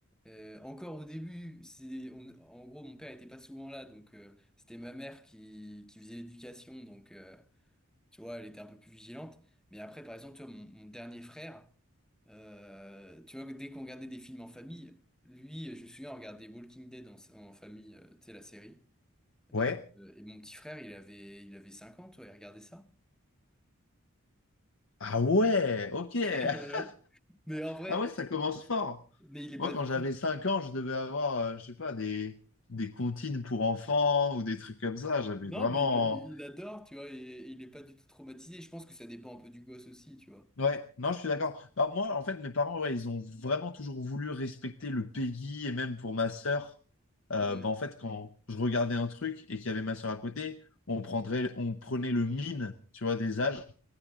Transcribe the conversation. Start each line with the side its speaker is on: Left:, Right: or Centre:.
Centre: euh, encore au début, c'est, on- en gros, mon père était pas souvent là, donc euh, c'était ma mère qui, qui faisait l'éducation, donc. euh, Tu vois, elle était un peu plus vigilante. Mais après, par exemple, tu vois, mon, mon dernier frère, euh, tu vois, dès qu'on regardait des films en famille, lui, je me souviens, on regardait Walking Dead en, en famille, euh, tu sais, la série.
Left: Ouais.
Centre: Euh, euh, et mon petit frère, il avait, il avait 5 ans, tu vois, il regardait ça. <laughs>
Left: Ah ouais, ok.
Centre: Euh,
Left: <laughs>
Centre: mais en vrai,
Left: Ah ouais, ça commence fort.
Centre: mais il est
Left: Moi,
Centre: pas
Left: quand
Centre: du
Left: j'avais
Centre: tout.
Left: 5 ans, je devais avoir, euh, je sais pas, des, des comptines pour enfants ou des trucs comme ça. J'avais
Centre: Non,
Left: vraiment...
Centre: mais il, il adore, tu vois, et, et il est pas du tout traumatisé. Je pense que ça dépend un peu du gosse aussi, tu vois.
Left: Ouais, non, je suis d'accord. Alors moi, en fait, mes parents, ouais, ils ont vraiment toujours voulu respecter le Peggy et même pour ma sœur. euh,
Centre: Ouais.
Left: bah, en fait, quand je regardais un truc et qu'il y avait ma sœur à côté, on prendrait, on prenait le mine, tu vois, des âges.